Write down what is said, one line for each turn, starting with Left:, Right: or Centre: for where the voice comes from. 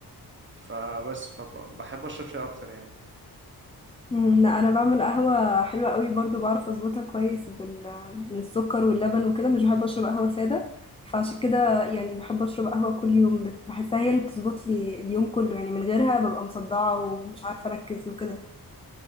Right: فبس فبحب اشرب شاي اكتر يعني
Left: إمم، لأ، أنا باعمل قهوة حلوة أوي برضه، باعرف أضبطها كويس بال بالسكر واللبن وكده، مش باحب أشرب قهوة سادة، فعشان كده يعني باحب أشرب قهوة كل يوم، بت باحسها هي اللي بتضبط لي اليوم كله، يعني من غيرها بابقى مصدعة ومش عارفة أركّز وكده.